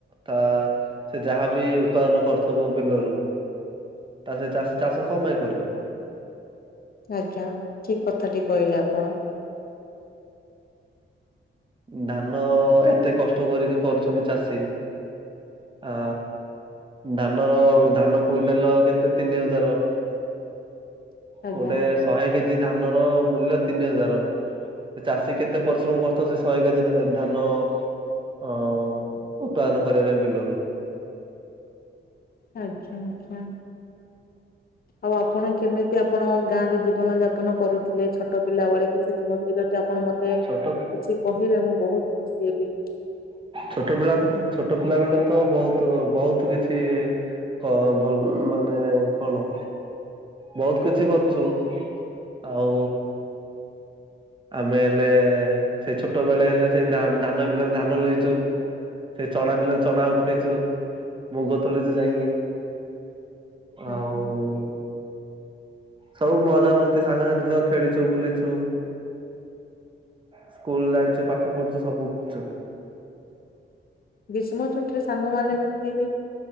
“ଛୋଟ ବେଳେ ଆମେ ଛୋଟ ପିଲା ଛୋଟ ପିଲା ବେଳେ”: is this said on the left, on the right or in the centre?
Right